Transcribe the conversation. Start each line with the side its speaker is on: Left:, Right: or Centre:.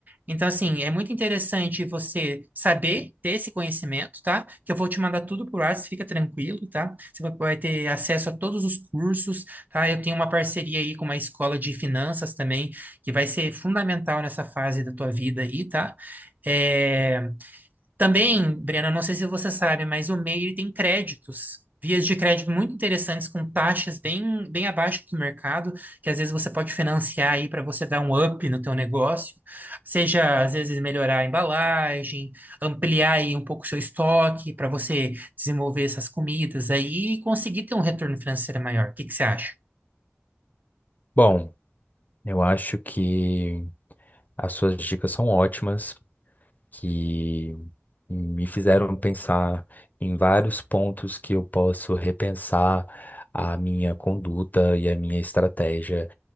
Right: Então, assim, é muito interessante você saber ter esse conhecimento, tá? Que eu vou te mandar tudo por WhatsApp, fica tranquilo, tá? Você vai vai ter acesso a todos os cursos, tá? Eu tenho uma parceria aí com uma escola de finanças também, que vai ser fundamental nessa fase da tua vida aí, tá? É... Também, Brena, não sei se você sabe, mas o MEI ele tem créditos, vias de crédito muito interessantes, com taxas bem, bem abaixo do mercado, que às vezes você pode financiar aí para você dar um up no teu negócio, seja às vezes melhorar a embalagem, ampliar aí um pouco o seu estoque para você desenvolver essas comidas aí e conseguir ter um retorno financeiro maior. O que que você acha?
Left: Bom, eu acho que as suas dicas são ótimas, que me fizeram pensar em vários pontos que eu posso repensar a minha conduta e a minha estratégia,